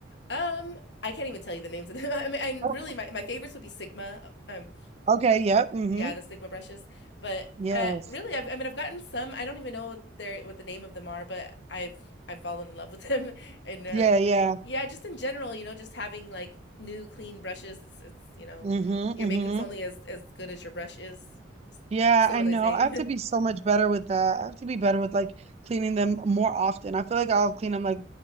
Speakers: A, on the left; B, on the right.
A: Um, I can't even tell you the names of them. <laughs> I mean, and
B: Oh,
A: really, my my favorites would be Sigma, um,
B: okay, yep. Mm-hmm.
A: Yeah, the Sigma brushes. But
B: Yes.
A: uh, really, I've, I mean, I've gotten some. I don't even know what they what the name of them are, but I've I've fallen in love with them. <laughs> And um,
B: Yeah, yeah.
A: yeah, just in general, you know, just having like new clean brushes. It's it's you know,
B: Mm-hmm.
A: your
B: Mm-hmm.
A: makeup's only as as good as your brush is.
B: Yeah,
A: So
B: I know.
A: they say.
B: I have to be
A: <laughs>
B: so much better with that. I have to be better with like cleaning them more often. I feel like I'll clean them like